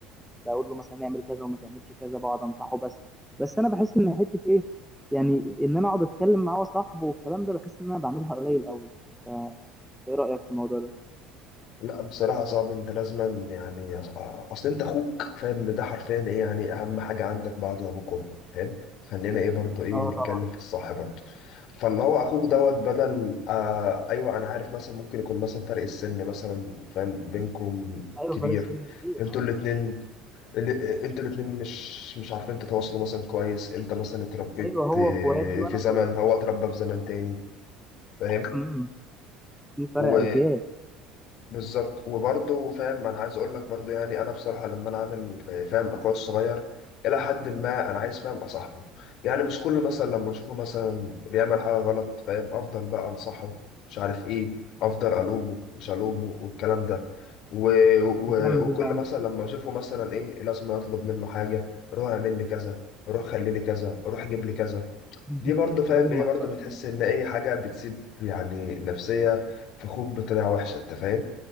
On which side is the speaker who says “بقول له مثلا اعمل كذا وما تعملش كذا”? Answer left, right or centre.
Centre